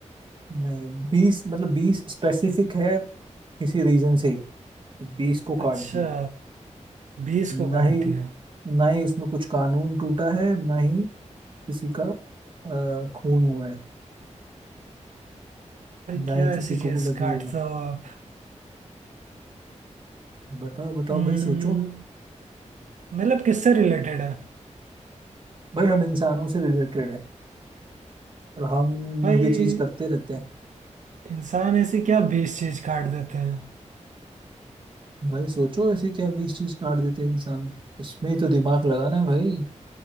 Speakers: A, on the right; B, on the right.
A: नहीं बीस मतलब बीस स्पेसिफिक है किसी रीजन से ही बीस को
B: अच्छा
A: काट दिया
B: बीस को काट
A: ना ही
B: दिया
A: ना ही उसमें कुछ कानून टूटा है ना ही किसी का अ, खून हुआ है
B: भाई
A: ना
B: क्या
A: ही
B: ऐसी
A: किसी
B: चीज
A: को लगी
B: काटते
A: है
B: हो आप
A: बताओ बताओ
B: हम्म,
A: भाई सोचो
B: मतलब किससे रिलेटेड है
A: भाई हम इंसानों से रिलेटेड हैं और हम
B: भाई
A: ये चीज करते रहते हैं
B: इंसान ऐसी क्या बेस चीज काट देते हैं
A: भाई सोचो ऐसे क्या बीस चीज काट देते हैं इंसान इसमें ही तो दिमाग लगाना है भाई